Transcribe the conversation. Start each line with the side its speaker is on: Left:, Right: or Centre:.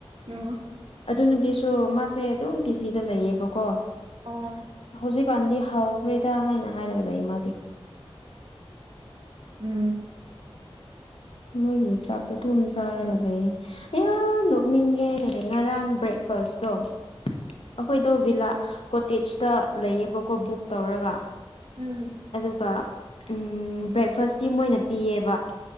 Right: ꯑꯣ
Left: ꯑꯗꯨ ꯅꯨꯄꯤꯁꯨ ꯃꯥꯁꯦ ꯑꯗꯨꯝ ꯄꯤ ꯖꯤꯗ ꯂꯩꯌꯦꯕꯀꯣ
Right: ꯑꯣ
Left: ꯍꯧꯖꯤꯛꯀꯥꯟꯗꯤ ꯍꯥꯎꯈ꯭ꯔꯦꯗ ꯍꯥꯏꯅ ꯍꯥꯏꯔꯒ ꯂꯩ ꯃꯥꯗꯤ
Right: ꯎꯝ
Left: ꯃꯣꯏꯒꯤ ꯆꯥꯛꯇꯨ ꯑꯗꯨꯝ ꯆꯥꯔꯒ ꯂꯩꯌꯦ ꯌꯥꯝ ꯅꯣꯛꯅꯤꯡꯉꯦ ꯉꯔꯥꯡ ꯕ꯭ꯔꯦꯛꯐꯥꯁꯇꯣ ꯑꯈꯣꯏꯗꯣ ꯚꯤꯂꯥ ꯀꯣꯇꯦꯖꯇ ꯂꯩꯌꯦꯕꯀꯣ ꯕꯨꯛ ꯇꯧꯔꯒ
Right: ꯎꯝ
Left: ꯑꯗꯨꯒ ꯎꯝ ꯕ꯭ꯔꯦꯛꯐꯥꯁꯇꯤ ꯃꯣꯏꯅ ꯄꯤꯌꯦꯕ